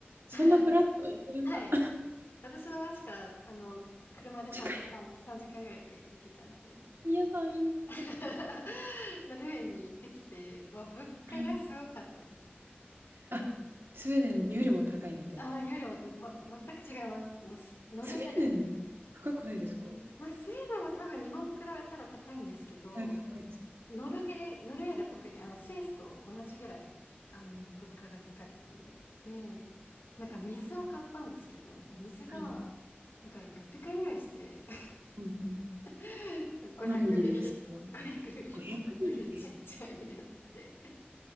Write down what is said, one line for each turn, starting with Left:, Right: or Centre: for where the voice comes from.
Right: そんなフラッと行けるんだ。
Left: <laughs> はい。私の町から、あの、車で3時間、
Right: <laughs> 近
Left: 3時間ぐらいで行けちゃうんで。
Right: い。やだ、いいな。は
Left: <laughs> ノルウェーに行ってきて、まあ、物価がすごかったです。
Right: い。あ、スウェーデンよりも高いみたいな。
Left: ああ、よりも、ま、全く違います。もうす、ノルウェー、
Right: スウェーデン、高くないですか？
Left: まあ、スウェーデンも多分日本と比べたら高いんですけど、
Right: だいぶ高いです。
Left: ノルゲー、ノルウェーが特にあのスイスと同じぐらい、あの、物価が高い国で、なんか水を買ったんですけど、なんか水が、
Right: はい。
Left: なんか600円ぐらいして、<laughs>
Right: うんうん。
Left: <laughs> 500ミリリットル、
Right: 何ミリでですか
Left: 500ミリリットルちっちゃいやつで、
Right: ？500ミリで？